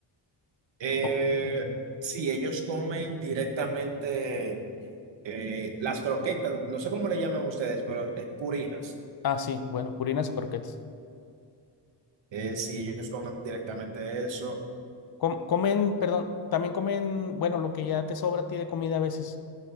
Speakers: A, on the right; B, on the left.
A: eh,
B: O-
A: si ellos comen directamente eh, las croquetas, no sé cómo le llaman ustedes, pero es purinas.
B: ah, sí, bueno, purinas o croquetas.
A: Eh, si ellos comen directamente eso,
B: Com- comen, perdón, también comen, bueno, lo que ya te sobra a ti de comida a veces.